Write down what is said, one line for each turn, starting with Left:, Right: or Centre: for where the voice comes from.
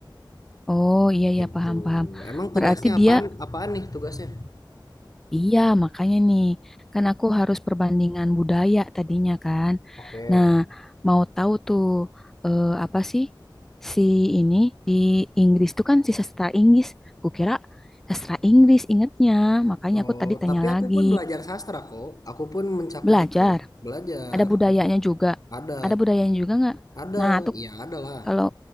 Centre: Oh, iya
Left: gitu.
Centre: ya paham paham.
Left: Emang tugasnya
Centre: Berarti
Left: apaan?
Centre: dia
Left: Apaan nih tugasnya?
Centre: Iya, makanya nih, kan aku harus perbandingan budaya tadinya kan.
Left: Oke.
Centre: Nah, mau tahu tuh eh, apa sih si ini di Inggris tuh kan si sastra Inggris. Kukira sastra Inggris ingetnya, makanya
Left: Oh,
Centre: aku tadi tanya
Left: tapi
Centre: lagi.
Left: aku pun belajar sastra kok. Aku pun mencakup
Centre: Belajar,
Left: itu. Belajar,
Centre: ada budayanya
Left: aku
Centre: juga.
Left: ada,
Centre: Ada budayanya juga nggak?
Left: ada,
Centre: Nah, tuh
Left: iya ada lah.
Centre: kalau